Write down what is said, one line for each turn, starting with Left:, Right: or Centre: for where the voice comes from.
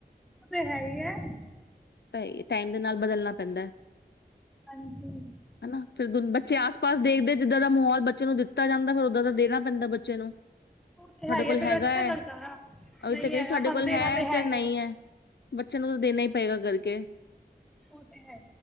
Centre: ਤੇ ਹੈ ਹੀ ਹੈ
Left: ਤਾਂ ਐ ਟਾਈਮ ਦੇ ਨਾਲ ਬਦਲਣਾ ਪੈਂਦਾ ਹੈ।
Centre: ਹਾਂਜੀ
Left: ਹਨਾ, ਫਿਰ ਦ ਬੱਚੇ ਆਸ ਪਾਸ ਦੇਖਦੇ ਜਿੱਦਾਂ ਦਾ ਮਾਹੌਲ ਬੱ ਚਲੋ ਦਿੱਤਾ ਜਾਂਦਾ, ਫਿਰ ਓਦਾਂ ਦਾ ਦੇਣਾ ਪੈਂਦਾ ਬੱਚੇ ਨੂੰ,
Centre: ਉਹ ਤੇ
Left: ਤੁਹਾਡੇ
Centre: ਹੈ ਹੀ
Left: ਕੋਲ
Centre: ਫਿਰ
Left: ਹੈਗਾ
Centre: ਅੱਛਾ
Left: ਹੈ
Centre: ਨੀ ਲੱਗਦਾ ਨਾ
Left: ਉਹ
Centre: ਨਹੀਂ
Left: ਤੇ ਕਹਿੰ
Centre: ਹੈਗਾ
Left: ਤੁਹਾਡੇ
Centre: ਸਾਨੂੰ
Left: ਕੋਲ
Centre: ਦੇਣਾ
Left: ਹੈ,
Centre: ਤੇ
Left: ਚਾਹੇ
Centre: ਹੀ
Left: ਨਹੀਂ
Centre: ਹੈ
Left: ਐ, ਬੱਚੇ ਨੂੰ ਤਾਂ ਦੇਣਾ ਹੀ ਪਏਗਾ ਕਰਕੇ
Centre: ਉਹ ਤੇ ਹੈ।